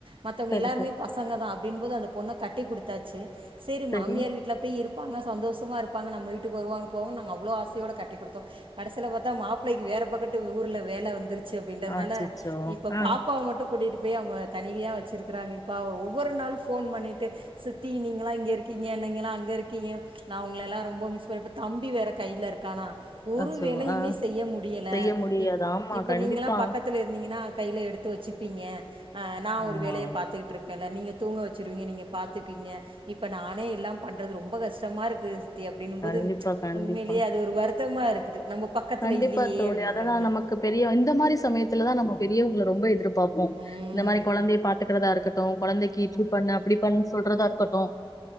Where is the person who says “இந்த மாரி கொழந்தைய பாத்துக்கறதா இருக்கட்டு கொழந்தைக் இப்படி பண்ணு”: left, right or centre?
Left